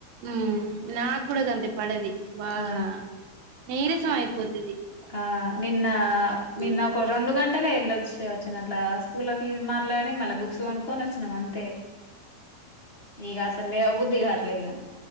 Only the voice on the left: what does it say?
ఆ
ఆహ్ నిన్న నిన్న
ఒక రెండు గంటలే వెళ్ళొచ్చి వచ్చిన అట్లా. స్కూల్ లో ఫీజు మాట్లాడి మళ్ళీ బుక్స్ కొనుక్కొని వచ్చినాం అంతే. ఇగ అసలు లేవబుద్ధి కావట్లే ఇగ.